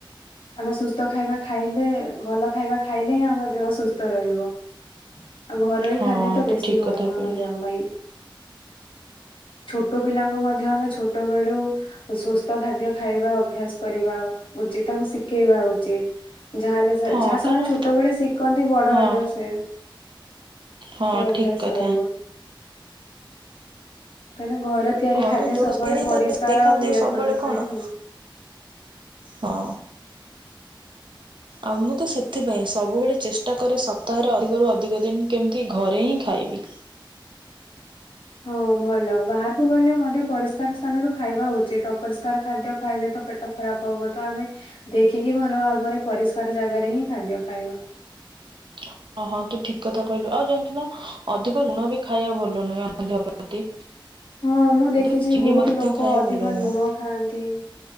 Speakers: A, on the left; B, on the right.
A: ଆମେ ସୁସ୍ଥ ଖାଇବା ଖାଇଲେ, ଭଲ ଖାଇବା ଖାଇଲେ ହିଁ, ଆମ ଦେହ ସୁସ୍ଥ ରହିବ। ଆଉ ଘରୋଇ
B: ହଁ
A: ଖାଦ୍ୟ ତ
B: ତୁ
A: ବେଶୀ
B: ଠିକ
A: ଭଲ
B: କଥା
A: ଆମ
B: କହିଲୁ
A: ଦେହ ପାଇଁ। ଛୋ ଛୋଟପିଲାଙ୍କୁ ମଧ୍ୟ ଆମେ ଛୋଟବେଳୁ ସୁସ୍ଥ ଖାଦ୍ୟ ଖାଇବା ଅଭ୍ୟାସ କରିବା ଉଚିତ। ତାଙ୍କୁ ଶିକେଇବା ଉଚିତ। ଯାହାହେଲେ ସେ
B: ହଁ
A: ଯାହା ସେମାନେ
B: କାରଣ
A: ଛୋଟବେଳେ ଶିକନ୍ତି ବଡ
B: ହଁ
A: ହେଲେ ସେ
B: ହଁ,
A: ସେ ଅଭ୍ୟାସ
B: ଠିକ କଥା।
A: ରହିବ। କାହିଁକିନା ଘର ତିଆରି
B: ଘରେ
A: ଖାଦ୍ୟ
B: ଯୋଉ
A: ସବୁବେଳେ
B: ଜିନିସ ତିଆରି ହେଇଥାଏ,
A: ପରିଷ୍କାର
B: ସେଇ ଖାଦ୍ୟ
A: ଆଉ ନିରାପଦ
B: ସବୁବେଳେ
A: ଥାଏ
B: କଣ
A: ନା।
B: ହଁ। ଆଉ ମୁଁ ତ ସେଥିପାଇଁ ସବୁବେଳେ ଚେଷ୍ଟା କରେ ସପ୍ତାହରେ ଅଧିକରୁ ଅଧିକ ଦିନ କେମତି ଘରେ ହିଁ ଖାଇ ଖାଇବି।
A: ହଁ, ଭଲ ବାହାରୁକୁ ଗଲେ ମଧ୍ୟ ପରିଷ୍କାର ସ୍ଥାନରୁ ଖାଇବା ଉଚିତ। ଅପରିଷ୍କାର ଖାଦ୍ୟ ଖାଇଲେ ତ ପେଟ ଖରାପ ହବ। ତ ଆମେ ଦେଖିକି ଭଲ ଭାବରେ ପରିଷ୍କାର ଜାଗାରେ ହିଁ ଖାଦ୍ୟ ଖାଇବା।
B: ହଁ ହଁ ତୁ ଠିକ କଥା କହିଲୁ। ଆଉ ଜାଣିଛୁ ନା ଅଧିକ ଲୁଣ ବି ଖାଇବା ଭଲ ନୁହେଁ ଆମ ଦେହ ପ୍ରତି।
A: ହଁ ମୁଁ ଦେଖିଛି
B: ଅଧିକ ଚିନି
A: ବହୁତ
B: ମଧ୍ୟ
A: ଲୋକ
B: ଖାଇବା
A: ଅଧିକ
B: ଭଲ ନୁହଁ।
A: ଲୁଣ ଖାଆନ୍ତି।